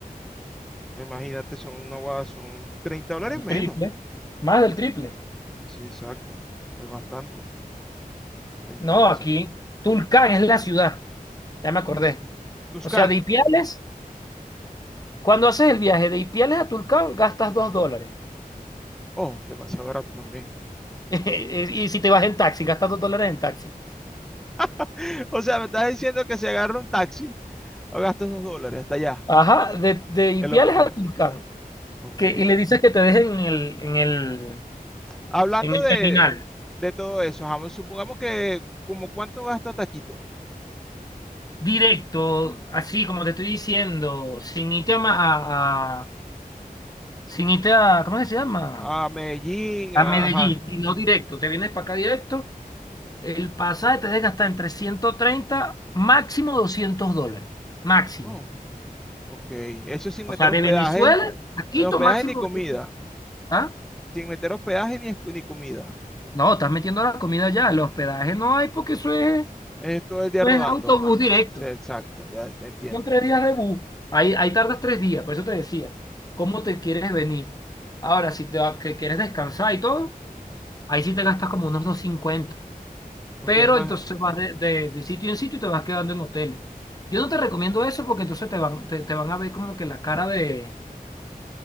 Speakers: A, in the centre; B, on the left (about 25°).
A: No, Imagínate, son una guada, son 30 dólares
B: El
A: menos.
B: triple. Más del triple.
A: Sí, exacto. Es bastante la diferencia.
B: No, aquí. Tulcán es la ciudad. Ya me acordé.
A: Tuscan.
B: O sea, de Ipiales, cuando haces el viaje de Ipiales a Tulcán, gastas 2 dólares.
A: Oh, demasiado barato también.
B: <laughs> Y si te vas en taxi, gastas 2 dólares en taxi.
A: <laughs> O sea, me estás diciendo que si agarro un taxi, o gasto esos dólares hasta allá.
B: Ajá, de, de Ipiales
A: Qué locura.
B: a Tulcán.
A: Ok.
B: Que, y le dices que te dejen en el, en el,
A: Hablando
B: en el
A: de,
B: terminal.
A: de todo eso, ajá, supongamos que como cuánto gasto hasta Quito.
B: directo, así como te estoy diciendo, sin irte a, ma- a- a- sin irte a, ¿cómo que se llama?
A: A Medellín,
B: A
A: ajá.
B: Medellín, no directo, te vienes para acá directo, el pasaje te deja hasta entre 130 máximo 200 dólares, máximo.
A: Oh, ok. Eso sin
B: O
A: meter
B: sea, de
A: hospedaje.
B: Venezuela a Quito,
A: eh, Hospedaje
B: máximo
A: ni comida.
B: 200 dólares. ¿Ah?
A: Sin meter hospedaje ni, es- ni comida.
B: No, estás metiendo la comida ya, el hospedaje no hay porque eso es,
A: Es todo
B: eso
A: el día rodando.
B: es autobús directo.
A: Sí, exacto, ya te entiendo.
B: Son tres días de bus. Ahí, ahí tardas tres días, por eso te decía. ¿Cómo te quieres venir? Ahora, si te va- que quieres descansar y todo, ahí sí te gastas como unos doscientos cincuenta
A: Ok,
B: Pero
A: es más,
B: entonces vas de, de- de sitio en sitio y te vas quedando en hoteles. Yo no te recomiendo eso porque entonces te van, te, te van a ver como que la cara de,